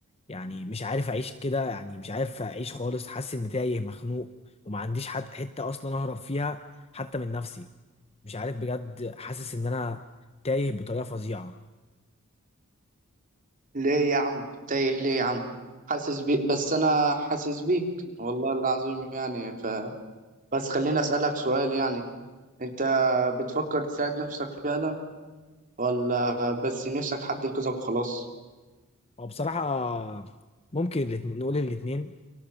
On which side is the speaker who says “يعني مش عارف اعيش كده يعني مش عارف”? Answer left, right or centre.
Left